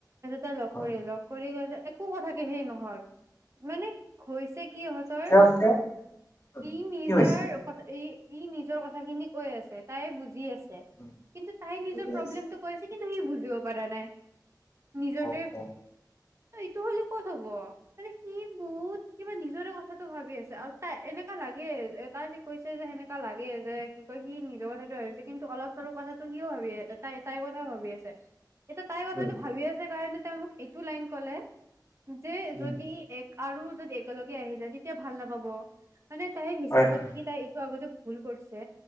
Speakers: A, on the right (about 40°); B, on the left (about 40°).
A: তাৰ লগ
B: হয়
A: কৰি লঅ কৰি গলে একো কথাকে সেই নহয় মানে হৈছে কি? সিহঁতৰ
B: কিয় কিয় উম,
A: ইহ নিজৰ
B: কি হৈছে
A: কথা ইহ সি নিজৰ কথা খিনি কৈ আছে তাই বুজি আছে
B: উম,
A: কিন্তু তাই নিজৰ
B: বুজি
A: প্ৰব্লেম
B: আছো
A: টো কয় যে কিন্তু সি বুজিব পাৰা নাই নিজৰ
B: অ অ
A: তহ এইটো হলে ক'ত হব, মানে সি বহুত কিবা নিজৰে কথাটো ভাবি আছে আৰু তাই এনেকা লাগে তাই যে কৈছে যে সেনেকা লাগে যে কি কয় সি নিজৰ কথাটো ভাবিছে কিন্তু অলপ চলপ কথাটো সিও ভাবি আছে তাই তাইৰ কথাও ভাবি আছে। এতিয়া তাইৰ কথাটো
B: উম
A: ভাবি আছে কাৰণে মোক এইটো লাইন কলে যে
B: উম
A: যদি এক আৰু যদি একেলগে আহি যায় তেতিয়া ভাল নাপাব। মানে তাইৰ হিচাপত
B: হয় হয়
A: কি তাই এইটো আগতে ভুল কৰিছে